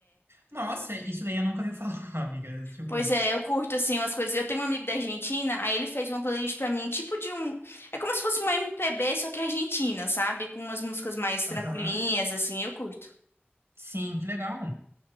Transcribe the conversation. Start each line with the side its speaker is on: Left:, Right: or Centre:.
Right: Nossa, isso daí eu nunca ouvi falar, <laughs> amiga. Tipo,
Left: Pois é, eu curto assim umas coisas. Eu tenho um amigo da Argentina, aí ele fez uma playlist pra mim, tipo de um, é como se fosse uma MPB, só que argentina, sabe? Com umas músicas mais tranquilinhas
Right: aham,
Left: assim, eu curto.
Right: sim, que legal.